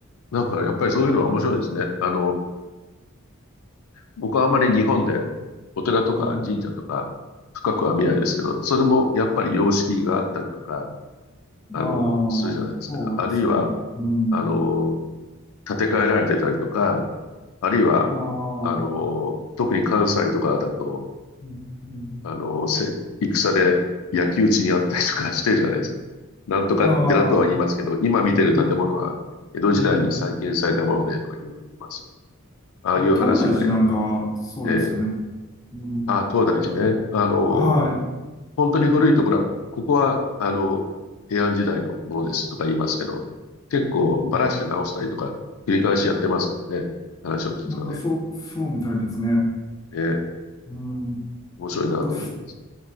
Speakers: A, on the left; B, on the left.
A: なんかやっぱりそういうのは面白いですね。
B: うん、
A: あの、僕はあまり日本でお寺とか神社とか深くは見ないですけど、
B: うん、
A: それもやっぱり様式があったりとか、あの、
B: ああ、
A: するじゃないですか。
B: そうですね。
A: あるいは、
B: うん。
A: あの、建て替えられてたりとか、あるいは、
B: ああ、
A: あの、特に関西とかだと、
B: うん、うん。
A: あの、せ戦で焼き討ちにあったりとか <laughs> してるじゃないですか。なんとか寺とは言いますけど、
B: ああ、
A: 今見てる建物は江戸時代に再建されたものでとかいろいろ言います。
B: うん、うん。
A: ああいう話がやっぱり、
B: 東大寺なんかはそうですよね。
A: ええ
B: うん。
A: ああ、東大寺ね。あの、
B: はい。
A: 本当に古いところは、ここは、あの、平安時代のものですとか言いますけど、結構ばらして直したりとか、
B: うん。
A: 繰り返しやってますからね。話を聞くとね。
B: なんかそう、そうみたいですね。
A: えー
B: うん。
A: 面白いなと思います。
B: なんか